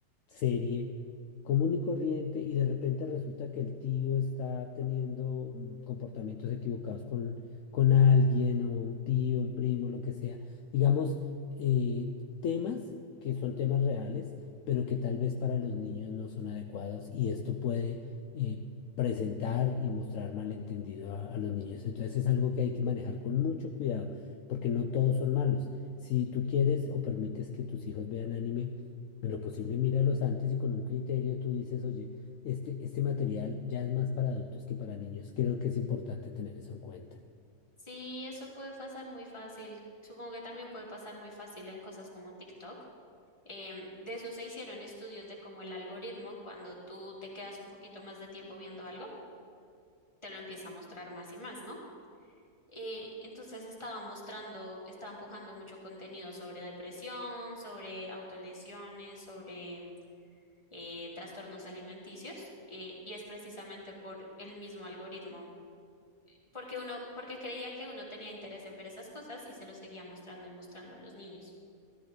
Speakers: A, on the left; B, on the left.
A: serie común y corriente y de repente resulta que el tío está teniendo mm, comportamientos equivocados con, con alguien o un tío, un primo, lo que sea. Digamos, eh, temas que son temas reales, pero que tal vez para los niños no son adecuados y esto puede... eh, presentar y mostrar malentendido a, a los niños. Entonces es algo que hay que manejar con mucho cuidado, porque no todos son malos. Si tú quieres o permites que tus hijos vean anime, en lo posible míralos antes y con un criterio tú dices, oye, este, este material ya es más para adultos que para niños. Creo que es importante tener eso en cuenta.
B: Sí, eso puede pasar muy fácil. Supongo que también puede pasar muy fácil en cosas como TikTok Em, de eso se hicieron estudios de cómo el algoritmo, cuando tú te quedas un poquito más de tiempo viendo algo, te lo empieza a mostrar más y más, ¿no? Eh, entonces estaba mostrando, estaba empujando mucho contenido sobre depresión, sobre autolesiones, sobre eh, trastornos alimenticios, eh, y es precisamente por el mismo algoritmo, porque uno, porque creía que uno tenía interés en ver esas cosas y se lo seguía mostrando y mostrando a los niños.